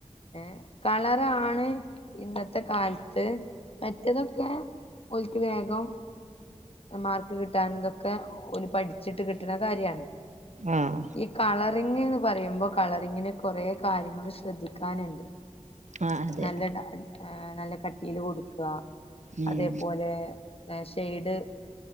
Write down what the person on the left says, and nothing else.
ഏ കളറാണ് ഇന്നത്തെ കാലത്ത് മറ്റതൊക്കെ ഓൽക്ക് വേഗം മാർക്ക് കിട്ടാനും ഇതൊക്കെ ഓല് പഠിച്ചിട്ട് കിട്ട്ണ കാര്യാണ്.
ഈ കള റിംഗ് ന്ന് പറയുമ്പോ കളറിംഗിന് കൊറ കാര്യങ്ങള് ശ്രദ്ധിക്കാന്ണ്ട്.
നല്ല ആ നല്ല കട്ടീല് കൊടുക്കുക
അതേപോലെ ഷെയ്ഡ്